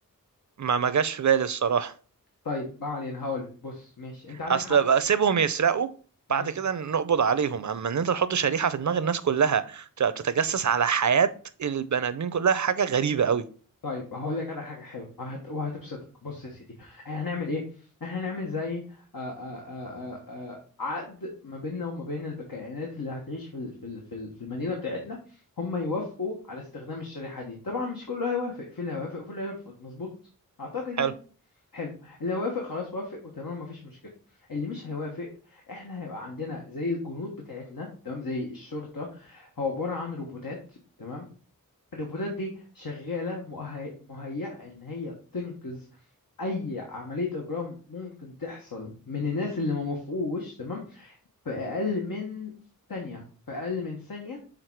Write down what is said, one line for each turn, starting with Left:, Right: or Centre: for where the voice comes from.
Right: ما ما جاش في بالي الصراحة
Left: طيب ما علينا هقولك بص ماشي انت عندك
Right: اصل
Left: حق
Right: بقى سيبهم يسرقوا
Left: مم.
Right: بعد كده نقبض عليهم اما ان انت تحط شريحة في دماغ الناس كلها تبقى بتتجسس على حياة البني ادمين كلها حاجة غريبة قوي
Left: طيب هقول لك انا حاجة حلوة وهت... وهتبسطك بص يا سيدي احنا هنعمل ايه احنا هنعمل زي آآ آآ آآ عقد ما بيننا وما بين الكائنات اللي هتعيش في ال... في ال... في ال- في المدينة بتاعتنا هم يوافقوا على استخدام الشريحة دي طبعا مش كله هيوافق في اللي هيوافق وفي اللي هيرفض مظبوط اعتقد يعني.
Right: حلو.
Left: حلو اللي هيوافق خلاص وافق وتمام مفيش مشكله اللي مش هيوافق احنا هيبقى عندنا زي الجنود بتاعتنا تمام زي الشرطه هو عباره عن روبوتات تمام الروبوتات دي شغاله مهي... مهيئه ان هي تنقذ اي عمليه اجرام ممكن تحصل من الناس اللي ما موافقوش تمام في اقل من ثانيه في اقل من ثانيه